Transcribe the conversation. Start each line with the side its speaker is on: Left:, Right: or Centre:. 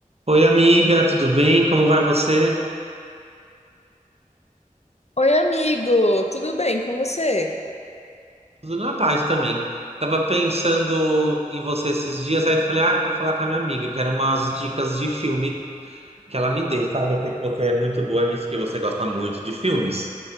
Right: Oi, amiga, tudo bem? Como vai você?
Left: Oi, amigo, tudo bem com você?
Right: Tudo na paz também. Tava pensando em você esses dias, aí falei, ah, eu vou falar com a minha amiga, quero umas dicas de filme que ela me dê, sabe? Eu sei que você é muito boa nisso, que você gosta muito de filmes.